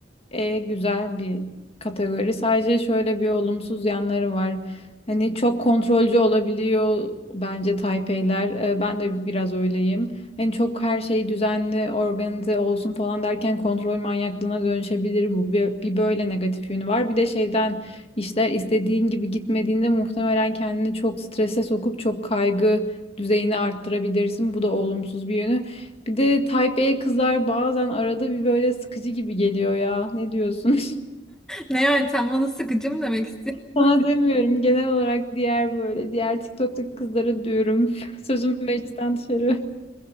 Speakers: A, on the left; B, in the centre.
A: E güzel bir kategori. Sadece şöyle bir olumsuz yanları var. Hani çok kontrolcü olabiliyor bence Type E'ler. Ee, Ben de biraz öyleyim. Hani çok her şey düzenli, organize olsun falan derken kontrol manyaklığına dönüşebilir bu. Bir, bir böyle negatif yönü var. Bir de şeyden işler istediğin gibi gitmediğinde muhtemelen kendini çok strese sokup çok kaygı düzeyini arttırabilirsin. Bu da olumsuz bir yönü. Bir de Taipei kızlar bazen arada bir böyle sıkıcı gibi geliyor ya. Ne diyorsun? <laughs>
B: Ne yani sen bana sıkıcı mı demek istiyorsun?
A: Sana demiyorum. Genel olarak diğer böyle diğer TikTok'taki kızlara diyorum. <laughs> Sözüm meclisten dışarı.